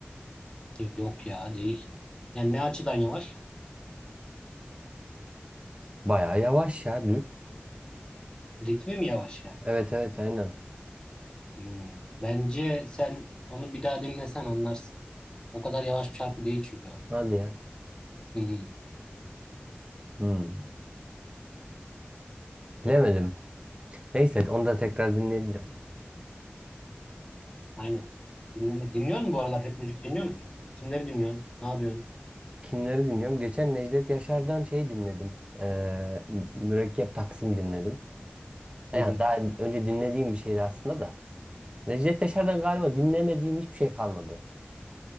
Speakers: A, on the left; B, on the right.
A: Yok ya değil. Yani ne açıdan yavaş?
B: Bayağı yavaş ya. Düz.
A: Ritmi mi yavaş yani?
B: Evet evet aynen.
A: Hmm, Bence sen onu bir daha dinlesen anlarsın. O kadar yavaş bir şarkı değil çünkü o.
B: Hadi ya.
A: Hı hı.
B: Hmm. Bilemedim. Neyse evet, onu da tekrar dinleyebilirim.
A: Aynen. Dinle, dinliyor musun bu aralar rap müzik dinliyor musun? Kimleri dinliyorsun? Ne yapıyorsun?
B: Kimleri dinliyorum? Geçen Necdet Yaşar'dan şey dinledim. Ee, Mü- Mürekkep Taksim dinledim. Yani
A: Hı hı.
B: daha önce dinlediğim bir şeydi aslında da. Necdet Yaşar'dan galiba dinlemediğim hiçbir şey kalmadı.